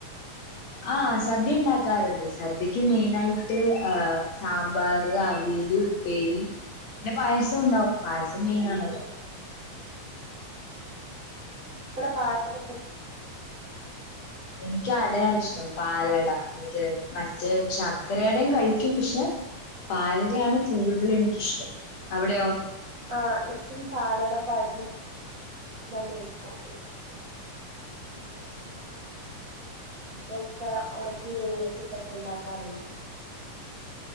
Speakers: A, on the left (about 65°); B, on the right (about 40°).
A: ആ സദ്യ ഉണ്ടാക്കാറുണ്ട്. സദ്യക്ക് മെയിന ആായിട്ട് ആ സാമ്പാർ അവിയൽ പിന്നെ പായസം ഉണ്ടാവും പായസം മെയിന ആണല്ലോ
B: പായസം
A: എനിക്ക് അടയാ ഇഷ്ടം പാലട മറ്റേ മറ്റേ ശർക്കരടയും കഴിക്കും പക്ഷെ പാലടയാണ് കൂടുതൽ എനിക്കിഷ്ടം അവിടെ
B: ആഹ് ഏറ്റവും പാലട പായസം തന്നെ ഇഷ്ടം ഹും ക്ക ഉണക്കി വേവിച്ചിട്ടൊക്കെ ഉണ്ടാക്കാറുണ്ട്